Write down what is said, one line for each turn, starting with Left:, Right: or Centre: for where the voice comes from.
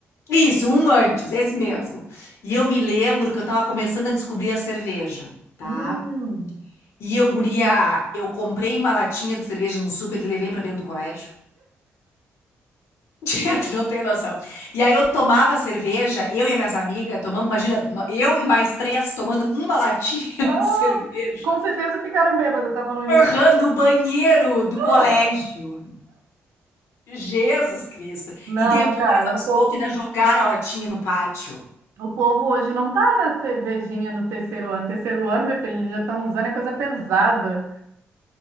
Left: Isso, um antes, esse mesmo. E eu me lembro que eu tava começando a descobrir a cerveja, tá?
Right: Hum.
Left: E eu, guria, eu comprei uma latinha de cerveja no super e levei pra dentro do colégio. <laughs> Tia, tu não tem noção. E aí eu tomava cerveja, eu e as minhas amigas tomamos, imagina, no- eu e mais três tomando uma latinha
Right: Ah,
Left: <laughs> de cerveja.
Right: com certeza ficaram bêbadas, estava no início.
Left: Aham, no banheiro do
Right: Ah,
Left: colégio. Jesus Cristo.
Right: Não,
Left: E depois
Right: cara, o
Left: as
Right: povo,
Left: loucas ainda jogaram a latinha no pátio.
Right: o povo hoje não tá na cervejinha no terceiro ano. Terceiro ano, meu filho, eles já estão usando é coisa pesada,